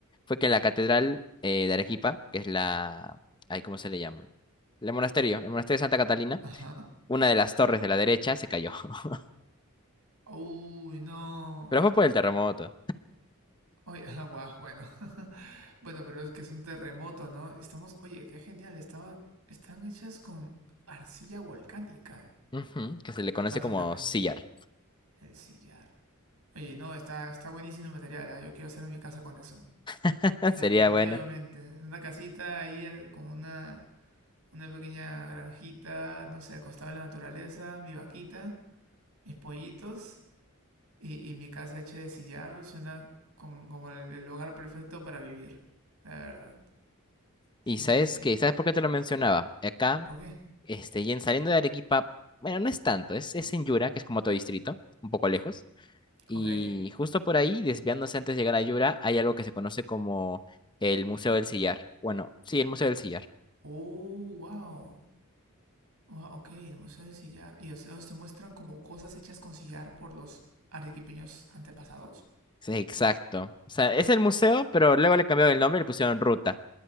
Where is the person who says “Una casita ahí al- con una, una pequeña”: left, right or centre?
Right